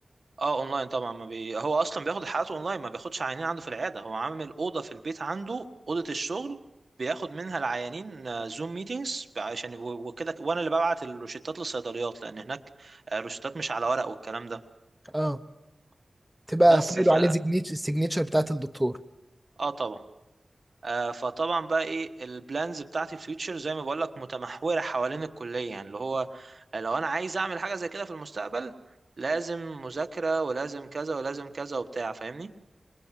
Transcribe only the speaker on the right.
اه اونلاين طبعا ما بي... هو اصلا بياخد حالته اونلاين ما بياخدش عيانين عنده في العياده هو عامل اوضه في البيت عنده اوضه الشغل بياخد منها العيانين زوم ميتينجز عشان و- وكده وانا اللي ببعت الروشتات للصيدليات لان هناك آه، الروشتات مش على ورق والكلام ده
بس
ف
اه طبعا آه فطبعا بقى ايه البلانز بتاعتي في فيوتشر زي ما بقول لك متمحوره حوالين الكليه يعني اللي هو لو انا عايز اعمل حاجه زي كده في المستقبل لازم مذاكره ولازم كذا ولازم كذا وبتاع فاهمني